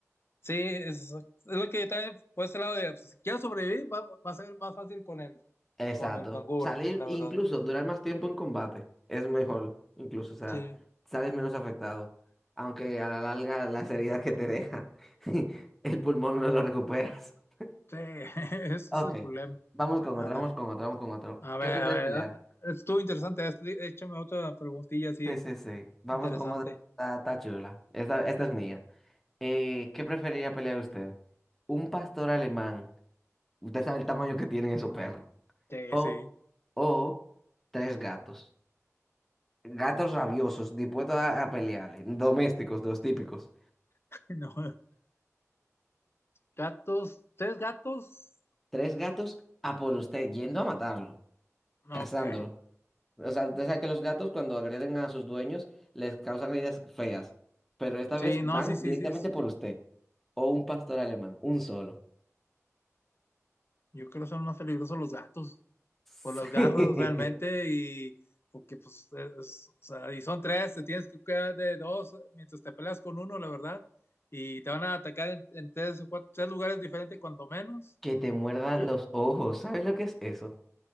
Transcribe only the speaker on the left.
Sí, es, es lo que yo también por ese lado de pues, si quiero sobrevivir, va, va a ser más fácil con el
con el canguro,
la
verdad.
Sí,
sí, <laughs> ese
es el problema.
Ándale.
A
ver,
a ver,
ah, estuvo interesante. esto. Dí- Échame otra preguntilla así
interesante.
Sí,
sí.
<laughs> No. Gatos, ¿tres gatos?
Ok.
Sí,
no, sí, sí,
sí, sí.
Yo creo que son más peligrosos los gatos
por las garras
realmente y porque pues, es- o sea, y son tres, te tienes que cuidar de dos mientras te peleas con uno, la verdad. Y te van a atacar en, en tres o cuatro, tres lugares diferentes cuanto menos.
Yo creo-